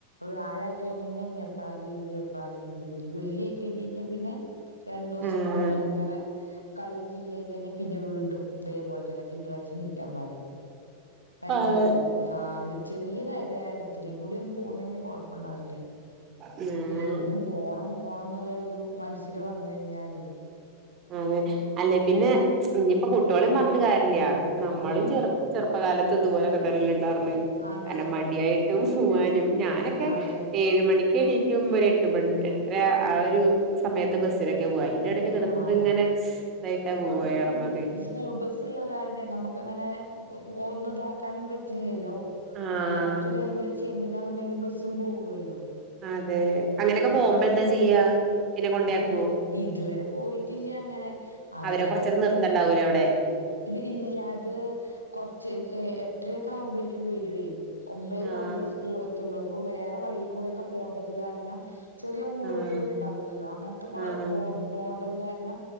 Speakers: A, on the left; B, on the right.
A: വ്യാഴായി കഴിഞ്ഞ് കഴിഞ്ഞാൽ ഇനി എപ്പളാ ലീവ് എപ്പളാ ലീവ്ന്ന് വെള്ളിയായി കഴിഞ്ഞ് കഴിഞ്ഞാൽ പിന്നെ- രണ്ടു ദെവസം
B: ആഹ്
A: പിന്നെ ഭയങ്കര കളിയും ചിരിയും ആയി കഴിഞ് പിന്നെ വീണ്ടും ഇതേപോലെ- ചെല തിങ്കളാഴ്ച എണീക്കാൻ പാട് ഭയങ്കര
B: അത്
A: ബുദ്ധിമുട്ട്. ആഹ് ചെറിയ <unintelligible> തായത് കാരണം ഇത്തിരിം കൂടി ഒന്ന്. പോന്ന് കഴ്ഞ്ഞാൽ കൊഴപ്പുണ്ടാവുല്ല
B: ഉം
A: എന്നും- പോണം പോണന്നുള്ള ഒരു മനസ്സിൽ വന്ന് കഴിഞ്ഞാലെ
B: ആഹ് അതെ അല്ലെ പിന്നെ- പ്പൊ കുട്ടികളേം പറഞ്ഞിട്ട് കാര്യവില്യ നമ്മളും ചെറു ചെറുപ്പകാലത്ത് ഇതുപൊലൊക്കെ തന്നെ അല്ലേ ഇണ്ടാർന്നെ
A: അതെ
B: അങ്ങനെ മടിയായിട്ടും പോവാനും ഞാനൊക്കെ
A: അതെ
B: ഏഴ് മണിക്ക് എണി- ക്കും ഒരു എട്ട് മണി എട്ടര ആ ഒരു സമയത്ത് ബസ്സിനൊക്കെയാ പോവാ അയ് അതിന്റെ ഇടക്ക് കെടന്ന്
A: ആഹ്
B: ഇത് ഇങ്ങനെ - ലെയിറ്റാ പോയി കെടന്നത്.
A: സ്കൂൾ ബസ്സുള്ള കാരണെ നമുക്ക് അങ്ങനെ ഒന്നും ഇതാക്കാനും പറ്റില്ലല്ലോ.
B: ആഹ്
A: ആ കറക്റ്റ് ടൈമില് ചെന്നില്ലാന്നുണ്ടെങ്കി ബസ്സും പോവുവല്ലോ.
B: അതെ അങ്ങനെയൊക്കെ പോകുമ്പോ എന്താ ചെയ്യാ? പിന്നെ കൊണ്ടോയിയാക്കോ
A: അപ്പൊ ഇതുവരെ പോയിട്ടില്ല അങ്ങനെ ആ
B: അവരെ
A: നേരാവുമ്പോഴേക്കും
B: കൊറച്ച് നേരം നിർത്തണ്ടാവൂലേ അവിടെ.
A: ഇത് ഇല്ല ഇത് കൊറച്ച് എട്ടരയൊക്കെ ആവുമ്പോളേക്കും വരുവേ. ഒമ്പതെര
B: ആഹ്
A: ആകുമ്പളേ സ്കൂള് എ എത്തുള്ളൂ അപ്പൊ വേറെ വഴി കൂടെയൊക്കെ പോകണ്ടത് കാരണം- ചെറിയ ഊട്
B: ആഹ്
A: വഴികൾ ഉണ്ടാവുവല്ലോ അങ്ങനത്തെക്കൂടെ
B: ആഹ്
A: പോ- പോകേണ്ടത് കാരണം